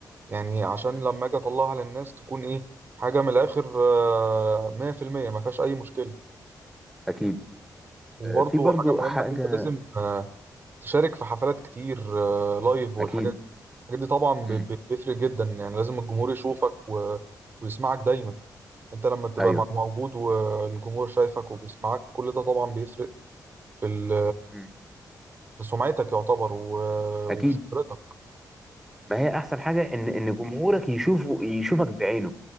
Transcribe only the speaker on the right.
يعني عشان
لما أجي أطلعها للناس تكون إيه حاجة من الآخر آه، مية في المية مفيهاش أي مشكلة
وبرضه
حاجة مهمة
إن أنت لازم آه،
تشارك في حفلات كتير آه، لايف والحاجات
دي الحاجات دي طبعا
ب- ب- بيفرق جدا يعني لازم الجمهور يشوفك
و... ويسمعك دايما انت لما تبقى
م- موجود والجمهور شايفك وبيسمعك كل ده طبعا بيفرق في ال...
في سمعتك يعتبر و... وفي
شهرتك